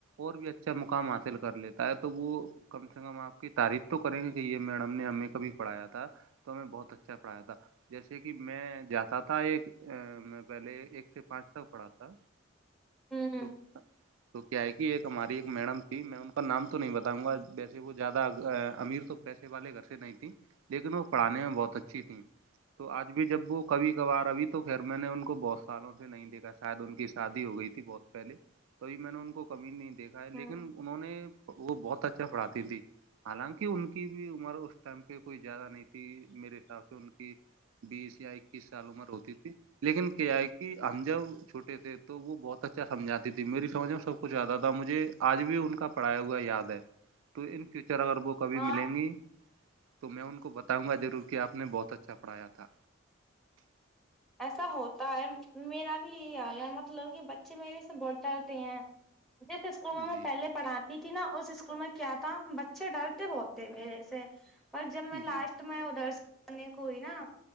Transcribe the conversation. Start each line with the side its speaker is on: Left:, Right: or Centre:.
Right: اور بھی اچھا مقام حاصل کر لیتا ہے تو وہ کم سے کم آپ کی تعریف تو کریں گے کہ یہ میڈم نے ہمیں کبھی پڑایا تھا تو ہمیں بہت اچھا پڑایا تھا جیسے کہ میں جاتا تھا ایک پہلے ایک سے پانچ تک پڑا تھا
Centre: ہوں
Right: تو تو کیا ہے کہ ایک ہماری ایک میڈم تھی میں ان کا نام تو نہیں بتاؤں گا ویسے وہ زیادہ امیر تو پیسے والے گھر سے نہیں تیں لیکن وہ پڑھانے میں بہت اچھی تھیں تو آج بھی جب وہ کبھی کبھار ابھی تو خیر میں نے ان کو بہت سالوں سےے نہیں دیکھا شاید ان کی شادی ہو گئی تھی بہت پہلے توبھی میں نے ان کو کمی نہیں دیکھا ہے لیکن
Centre: ہوں
Right: انہوں نے وہ بہت اچھا پڑاتی تیں حالانکہ کہ ان کی بھی عمر اس ٹائم پہ کوئی زیادہ نہیں تھی میرے حساب سے ان کی بیس یا اکیس سال عمر ہوتی تھی لیکن کیا ہے کہ ہم جب چھوٹے تھے تو وہ بہت اچھا سمجھاتی تھی میری سمجھ میں سب کو پچاتا تھا مجھے آج بھی ان کا پڑھایا ہوا یاد ہے تو ان فیوچر اگر وہ کبھی
Centre: ہاں
Right: ملیں گی تو میں ان کو بتاؤں گا ضرور کہ آپ نے بہت اچھا پڑھایا تھا
Centre: ایسا ہوتا ہے میرا بھی یہی حال ہے مطلب کہ بچے میرے سے بوٹ ڈالتے ہیں جیس اسکولوں میں
Right: جی
Centre: پہلے پڑھاتی تھی نا اس اسکول میں کیا تھا بچے ڈرتے بہت تھے میرے سے پر جب میں
Right: جی
Centre: لاسٹ میں ادھرنے کو ہوئی نا